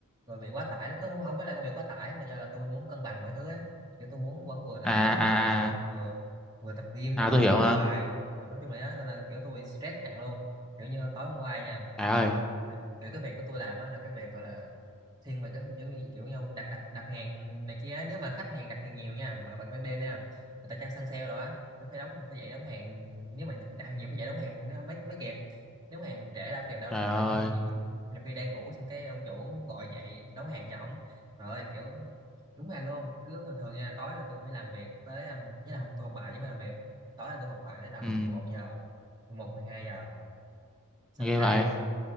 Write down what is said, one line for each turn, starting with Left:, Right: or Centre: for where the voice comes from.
Right: rồi bị quá tải lắm. ừ, không không phải là công việc quá tải mà do là tôi muốn cân bằng mọi thứ ấy kiểu tôi muốn vẫn vừa làm
Centre: à
Right: việc
Centre: à
Right: mà vừa tập
Centre: à
Right: vừa, vừa tập gym
Centre: à
Right: mà vừa
Centre: tôi
Right: học
Centre: hiểu mà
Right: bài Ờ, nói chung là đó nên là kiểu tôi bị stress nặng luôn kiểu như tối hôm qua nha
Centre: trời ơi
Right: kiểu kiểu cái việc của tôi làm á là cái việc gọi là thiên về cái giống như kiểu nhau đặt đặt đặt hàng này kia á. nếu mà khách hàng đặt hàng nhiều nha mà ban ban đêm nha người ta chăng săn sale rồi á tôi phải đóng phải dậy đóng hàng nếu mà đặt hàng nhiều phải dậy đóng hàng nó mới mới kịp nếu hàng trễ đâu kịp đâu
Centre: trời
Right: nên
Centre: ơi
Right: phải nhiều khi nhiều khi đang ngủ xong cái ông chủ gọi dậy đóng hàng cho ổng rồi kiểu đúng là luôn cứ thường thường nha tối là tôi phải làm việc tới um, ý là không tôi học bài chứ không phải làm việc tối là tôi học bài tới tầm
Centre: ừ
Right: 11 giờ mười một mười hai giờ xong
Centre: ghê
Right: cái
Centre: vậy